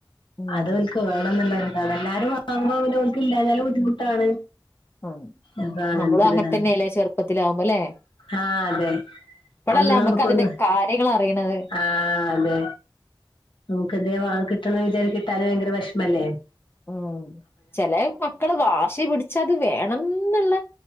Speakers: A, on the left (about 25°); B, on the left (about 75°).
A: ഉം
B: അത് ഓൽക്ക് വേണംന്നുളള അത് എല്ലാരും വാങ്ങുമ്പോ അവനവർക്ക് ഇല്ലാന്നാലും ബുദ്ധിമുട്ടാണ്
A: ഉം
B: അപ്പൊ അങ്ങനത്തൊരിതാണ്
A: നമ്മളും അങ്ങന തന്നല്ലേ ചെറുപ്പത്തിലാവുംമ്പല്ലേ
B: ആഹ് അതെ
A: ഇപ്പോഴല്ലേ
B: അന്ന്
A: നമ്മക്ക്
B: നമുക്കൊന്ന്
A: അതിന്റെ കാര്യങ്ങളറിയണത്
B: ആഹ് നമുക്ക് എന്തേ വാങ്ങി കിട്ടണംന്ന് വിചാരിച്ച് കിട്ടാതായ ഭയങ്കര വെഷ്മല്ലേ
A: ഉം ചെല മക്കള് വാശി പിടിച്ചത് വേണംന്ന്ള്ള